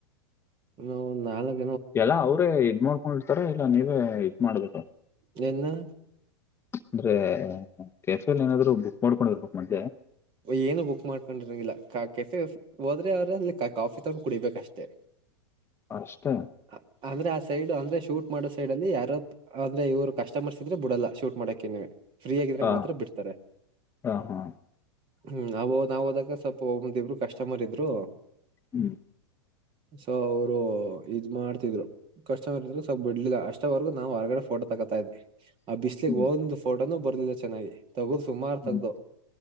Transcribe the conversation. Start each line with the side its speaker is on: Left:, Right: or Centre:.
Right: ನೀವು ನಾಲಕ್
Left: ಎಲ್ಲ ಅವ್ರೇ ಇದ್ ಮಾಡ್ಕೊಂಡಿರ್ತಾರ ಇಲ್ಲ ನೀವೇ ಇದ್ ಮಾಡ್ಬೇಕ.
Right: ನೆನ್ನು
Left: ಅಂದ್ರೆ ಕೆಫೆಲ್ ಏನಾದ್ರು ಬುಕ್ ಮಾಡ್ಕೊಂಡ್ ಬರ್ಬೇಕ್ ಮಡ್
Right: ಏನು ಬುಕ್ ಮಾಡ್ಕೊಂಡಿರಂಗಿಲ್ಲ ಕ ಕೆಫೆ ಹೋದ್ರೆ ಅವ್ರ್ ಅಲ್ಲಿ ಕಾಫಿ ತನ್ ಕುಡಿಬೇಕಷ್ಟೇ.
Left: ಅಷ್ಟೆ
Right: ಅ- ಅಂದ್ರೆ ಆ ಸೈಡ್ ಅಂದ್ರೆ ಶೂಟ್ ಮಾಡೋ ಸೈಡ್ ಅಲ್ಲಿ ಯಾರೋ ಅಂದ್ರೆ ಇವರು ಕಸ್ಟಮರ್ಸ್ ಇದ್ರೆ ಬಿಡಲ್ಲ ಶೂಟ್ ಮಾಡಕ್ಕೆ ನೀವೆ. ಫ್ರೀ ಆಗಿದ್ರೆ
Left: ಹ
Right: ಮಾತ್ರ ಬಿಡ್ತಾರೆ.
Left: ಹ ಹಾ
Right: ಹ್ಮ್ ನ ನಾವ್ ಹೋದಾಗ ಸ್ವಲ್ಪ ಒಂದಿಬ್ರು ಕಸ್ಟಮರ್ ಇದ್ರು
Left: ಹ್ಮ್
Right: ಸೊ ಅವರು ಇದ್ ಮಾಡ್ತಿದ್ರು ಕಸ್ಟಮರ್ ಇದ್ರು ಸೊ ಬಿಡ್ಲಿಲ್ಲ ಅಷ್ಟವರ್ಗೂ ನಾವ್ ಹೊರ್ಗಡೆ ಫೋಟೋ ತಕೋತಾ ಇದ್ವಿ. ಆ ಬಿಸ್ಲಿಗೆ
Left: ಹ್ಮ್
Right: ಒಂದು ಫೋ ಟೋನು ಬರ್ಲಿಲ್ಲ ಚೆನ್ನಾಗಿ. ತಗದು ಸುಮಾರು
Left: ಹ್ಮ್
Right: ತಗ್ದ್ವು